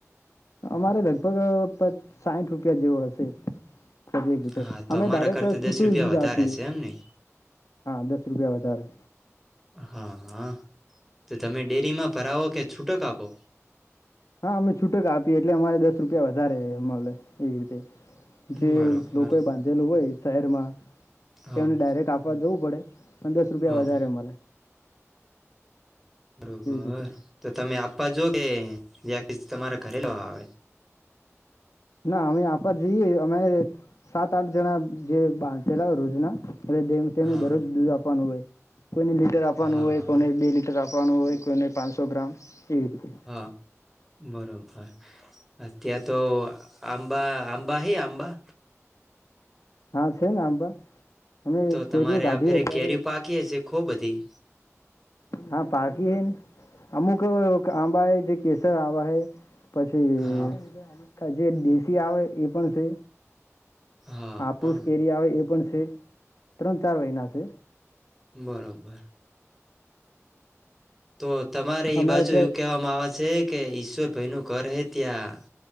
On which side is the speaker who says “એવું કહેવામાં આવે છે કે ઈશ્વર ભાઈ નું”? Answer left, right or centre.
Centre